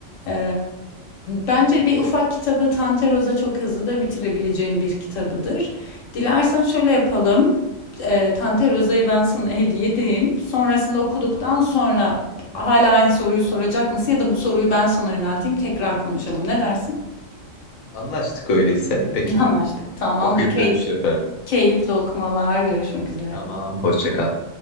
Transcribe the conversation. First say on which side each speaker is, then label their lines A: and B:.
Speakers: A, on the left; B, on the left.
A: E, bence bir ufak kitabı Tanteroz'a çok hızlı da bitirebileceğim bir kitabıdır. Dilersen şöyle yapalım. E, Tanteroz'a'yı ben sana hediye edeyim. Sonrasında okuduktan sonra hala aynı soruyu soracak mısın ya da bu soruyu ben sana yönelteyim tekrar konuşalım. Ne dersin?
B: Anlaştık öyleyse. Peki.
A: <laughs> Anlaştık. Tamamdır.
B: Okuyup
A: Key-
B: dönüş yaparım.
A: keyifli okumalar. Görüşmek üzere.
B: Tamam, hoşça kal.